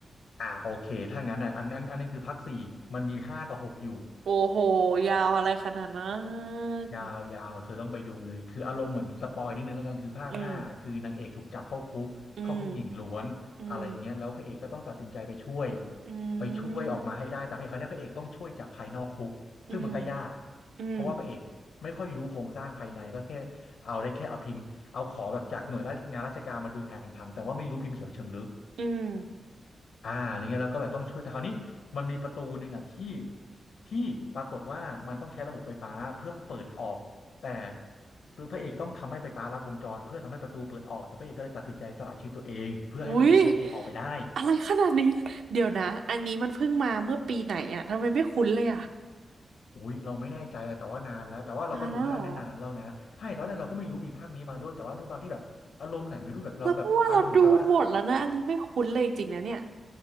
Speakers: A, on the left; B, on the right.
A: อ่าโอเคถ้างั้นอ่ะอันนั้นอันนั้นคือภาคสี่มันมีห้ากับหกอยู่
B: โอ้โหยาวอะไรขนาดนั้น
A: ยาวยาวเธอต้องไปดูเลย คืออารมณ์เหมือนสปอยนิดนึงแล้วกันคือภาคห้าคือนางเอกถูกจับเข้าคุกเข้าคุกหญิงล้วนอะไรเงี้ย
B: อืมอืมอืม
A: แล้วพระเอกก็ต้องตัดสินใจไปช่วย
B: อื
A: ไปช่วยออกมาให้ได้
B: ม
A: แต่พระเอกคนเนี้ยพระเอกต้องช่วยจากภายนอกคุกซึ่งมันก็ยาก
B: อืมอืม
A: เพราะว่าพระเอกไม่ค่อยรู้โครงสร้างภายในก็แค่เอาได้แค่เอาพิมพ์เอาขอแบบจากหน่วยงานราชการมาดูแผนผังแต่ว่าไม่รู้พิมพ์เขียวเชิงลึก
B: อืม
A: อ่าอะไรเงี้ยแล้วก็แบบต้องช่วยแต่คราวนี้มันมีประตูหนึ่งอ่ะที่ที่ปรากฏว่ามันต้องใช้ระบบไฟฟ้าเพื่อเปิดออกแต่พระเอกต้องทำให้ไฟฟ้าลัดวงจรเพื่อทำให้ประตูเปิดออกแต่พระเอกก็เลยตัดสินใจสละชีวิตตัวเองเพื่อให้พระเอกนางเอกออกไปได้
B: อุ้ยอะไรขนาดนี้เดี๋ยวนะอันนี้มันเพิ่งมาเมื่อปีไหนอะทำไมไม่คุ้นเลยอะ
A: อุ้ยเราไม่แน่ใจอะแต่ว่านานแล้วแต่ว่าเราก็ดูภาคนั้นนานแล้วนะใช่ตอนแรกเราก็ไม่รู้มีภาคนี้มาด้วยแต่ว่าด้วยความที่แบบอารมณ์ไหนไม่รู้แบบเราแบบอารมณ์เหมือนกับว่า
B: นานแล้วเหรอแล้วเพราะว่าเราดูหมดแล้วนะอันนี้ไม่คุ้นเลยจริงๆนะเนี่ย